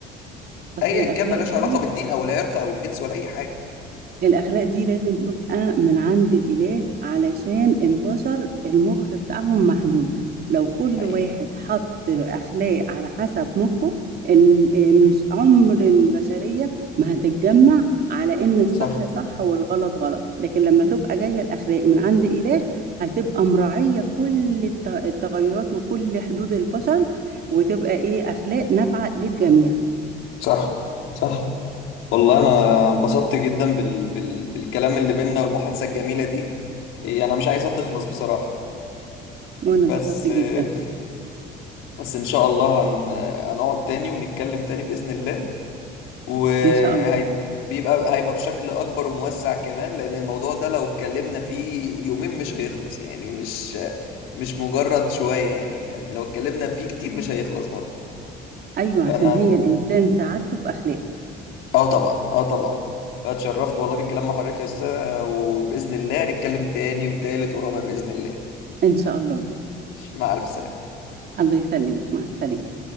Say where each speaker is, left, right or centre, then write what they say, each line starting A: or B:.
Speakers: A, on the right; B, on the left.
A: اصل
B: ايا
A: الاخلاق
B: كان ملهاش
A: دي
B: علاقة بالدين او العرق او الجنس ولا اي حاجة
A: الأخلاق دي لازم تبقى من عند الإله علشان البشر المخ بتاعهم محدود لو كل
B: حقيقي
A: واحد حط أخلاق على حسب مخه ال- آه، مش عمر البشرية ما هتتجمع على إن الصح
B: صح
A: صح والغلط غلط لكن لما تبقى جاية الأخلاق من عند إله هتبقى مراعية كل الت- التغيرات وكل حدود البشر وتبقى إيه أخلاق نافعة للجميع
B: صح صح والله انا انبسطت جدا بال... بال... بالكلام اللي بينا والمحادثة الجميلة دي إيه، انا مش عايزها تخلص بصراحة
A: وأنا
B: بس
A: اتبسطت
B: <laughs>
A: جدا
B: بس ان شاء الله هن... هنقعد تاني ونتكلم تاني بإذن الله وهيبقى
A: إن شاء الله
B: هيبقى بشكل اكبر وموسع كمان لان الموضوع ده لو اتكلمنا فيه يومين مش هيخلص يعني مش مش مجرد شوية يعني يعني لو اتكلمنا فيه كتير مش هيخلص برضه
A: أيوه
B: فانا
A: عشان هي الإنسان سعادته في أخلاقه
B: اه طبعا اه طبعا فاتشرفت والله بالكلام مع حضرتك يا استاذة وباذن الله نتكلم تاني وتالت ورابع باذن الله
A: إن شاء الله
B: مع الف سلامة
A: الله يسلمك مع السلامة